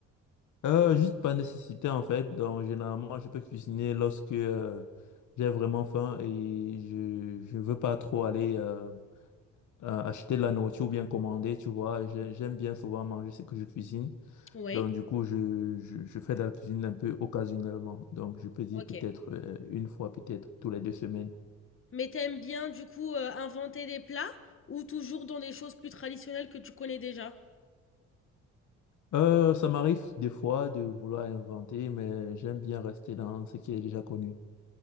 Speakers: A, on the left; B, on the left.
A: Euh, juste par nécessité, en fait. Donc, généralement, je peux cuisiner lorsque euh, j'ai vraiment faim et je je veux pas trop aller euh, euh, acheter de la nourriture ou bien commander, tu vois. J'ai- J'aime bien souvent manger ce que je cuisine.
B: Oui.
A: Donc, du coup, je, je, je fais de la cuisine un peu occasionnellement. Donc, je peux dire
B: Ok.
A: peut-être euh, une fois, peut-être tous les deux semaines.
B: Mais t'aimes bien du coup euh, inventer des plats ou toujours dans des choses plus traditionnelles que tu connais déjà?
A: Euh, ça m'arrive des fois de vouloir inventer, mais j'aime bien rester dans ce qui est déjà connu.